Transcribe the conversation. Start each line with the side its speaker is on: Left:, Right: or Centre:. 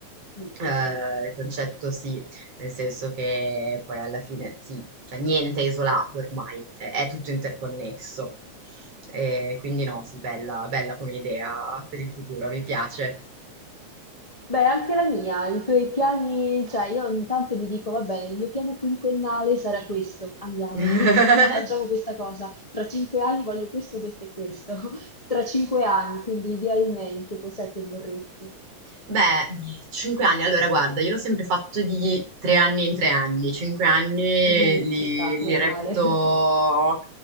Left: Mm, vero.
Right: eh, il concetto sì, nel senso che poi alla fine sì, cioè niente è isolato ormai, è, è tutto interconnesso. E quindi no, sì, bella, bella come idea per il futuro, mi piace.
Left: Beh, anche la mia, i tuoi piani, cioè io ogni tanto mi dico, vabbè, il mio piano quinquennale sarà questo, andiamo,
Right: <laughs>
Left: <laughs> facciamo questa cosa, tra cinque anni voglio questo, questo e questo, <laughs> tra cinque anni, quindi idealmente cos'è che vorresti?
Right: Beh, cinque anni, allora guarda, io l'ho sempre fatto di tre anni in tre anni, cinque anni
Left: Mm,
Right: li,
Left: ci sta, triennale.
Right: li reputo,
Left: <laughs>